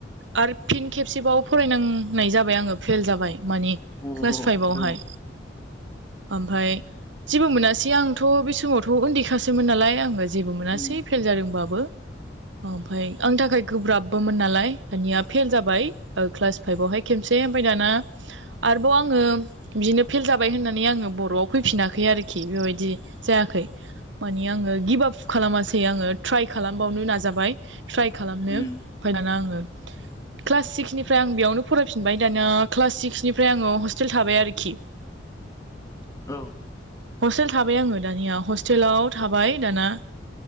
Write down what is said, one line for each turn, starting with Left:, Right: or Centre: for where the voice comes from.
Right: आरो फिन खेबसेबाव फरायनांनाय जाबाय आङो फेल जाबाय माने
Left: औ
Right: क्लास फाइभआवहाय
Left: औ
Right: ओमफ्राय जेबो मोनासै आंथ' बे समावथ' उन्दैखासोमोन नालाय आङो जेबो मोनासै
Left: उम
Right: फेल जादोंबाबो ओमफाय आंनि थाखाय गोब्राबबोमोन नालाय दानिया फेल जाबाय क्लास फाइभवहाय खेबसे ओमफ्राय दाना आरोबाव आङो बिदिनो फेल जाबाय होननानै आङो बर'आव फैफिनाखै आरोखि बेबायदि जायाखै माने आङो गिभ आप खालामासै आङो ट्राय खालामबावनो नाजाबाय ट्राइ खालामनो
Left: उम
Right: माय दाना आङो क्लास सिक्सनिफ्राय आं बेयावनो फरायफिनबाय दाना क्लास सिक्सनिफ्राय आङो हस्टेल थाबाय आरोखि
Left: औ
Right: हस्टेल थाबाय आङो दानिया हस्टेलाव थाबाय दाना